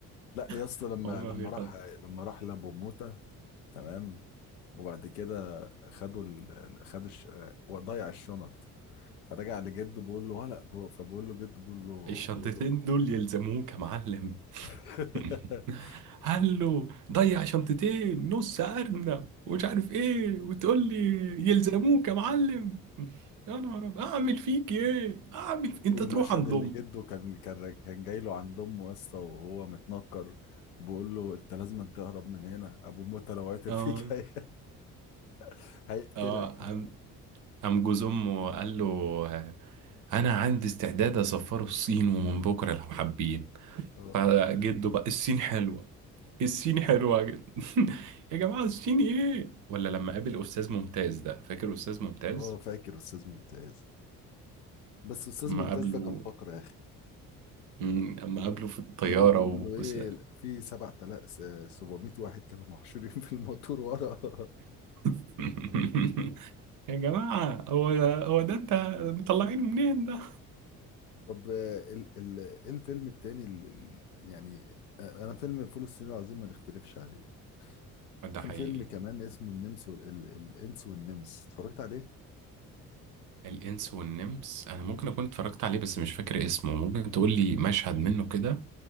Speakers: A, on the left; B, on the right.
A: لا يا اسطى
B: <laughs>
A: لما
B: هما
A: لما
B: بيغلط
A: راح لما راح لابو موتة تمام وبعد كده خدوا ال... خدوا الش... آه، ضيع الشنط فرجع لجده بيقول له ولا فبقول له جده بيقول له
B: الشنطتين
A: بيقول له
B: دول يلزموه كمعلم
A: <laughs>
B: <laughs> قال له ضيع شنطتين نص ارنب ومش عارف ايه وتقول لي يلزموك يا معلم يا نهار أبيض، اعمل فيك ايه اعمل في... انت
A: والمشهد
B: تروح عند
A: اللي
B: امك
A: جده كان كان كان جاي له عند امه يا اسطى وهو متنكر بيقول له انت لازم تهرب من هنا ابو موتى لو عثر
B: اه
A: فيك هي... <laughs> هيقتلك
B: اه قام قام جوز امه قال له آه، انا عندي استعداد اسفره الصين ومن بكره لو حابين
A: اه
B: فجده بقى الصين حلوه الصيني حلوة جدا <laughs> يا جماعة الصيني ايه ولا لما قابل أستاذ ممتاز ده فاكر أستاذ ممتاز
A: اه فاكر استاذ ممتاز بس استاذ
B: ما
A: ممتاز
B: قابله
A: ده كان فقر يا اخي
B: مم، اما قابله في الطيارة
A: لا هو بيقول
B: و...
A: له ايه
B: وس-
A: في 7000 700 واحد كانوا محشورين <laughs> في الموتور ورا <laughs>
B: <laughs> يا جماعة هو ده هو ده انت مطلعين منين ده
A: طب آه، ال ال ايه الفيلم التاني ال- ال- يعني آه، انا فيلم فول الصين العظيم ما نختلفش عليه
B: ده
A: في
B: حقيقي
A: فيلم كمان اسمه النمس وال- ال- الانس والنمس اتفرجت عليه
B: الإنس والنمس أنا
A: مم.
B: ممكن أكون اتفرجت عليه بس مش فاكر اسمه ممكن تقول لي مشهد منه كده